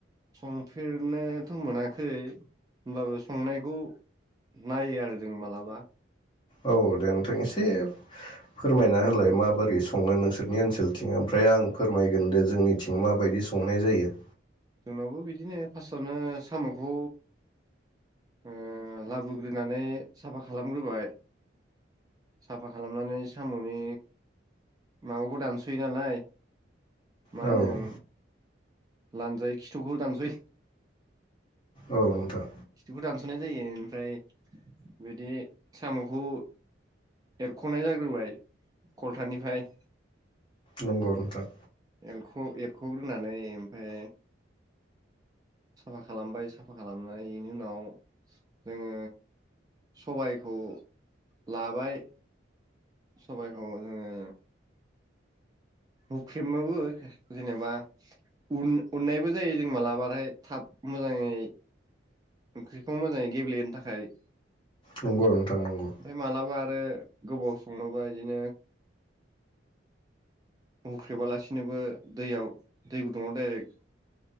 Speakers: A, on the right; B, on the left.
A: संफेरनोथ' मोनाखै होनब्लाबो संनायखौ नायो आरो जों मालाबा
B: औ दे नोंथां एसे फोरमायना होलाय माबोरै संनो नोंसोरनि ओनसोलथिं ओमफ्राय आं फोरमायगोन दे जोंनि थिं माबायदि संनाय जायो।
A: जोंनावबो बिदिनो फार्स्टआवनो साम'खौ ओ लाबोग्रोनानै साफा खालामग्रोबाय साफा खालामनानै साम'नि माबाखौ दानस'यो नालाय मा
B: औ
A: होनों लानजाय खिथुखौ दानसयो।
B: औ नोंथां।
A: खिथिुखौ दानस'नाय जायो ओमफ्राय बिदि साम'खौ एरख'नाय जाग्रोबाय खलथानिफ्राय।
B: नंगौ नोंथां।
A: एलख एरख'ग्रोनानै ओमफ्राय साफा खालामबाय साफा खालामनायनि उनाव जोङो सबायखौ लाबाय सबायखौ जोङो हुख्रेमोबो जेनेबा उन उननायबो जायो जों मालाबाथाय थाब मोजाङै ओंख्रिखौ मोजाङै गेब्लेहोनो थाखाय।
B: नंगौ नोंथां नंगौ।
A: ओमफ्राय मालाबा गोबाव सङोबा इदिनो हुंख्रेबालासिनोबो दैयाव दै गुदुङाव डाइरेक्ट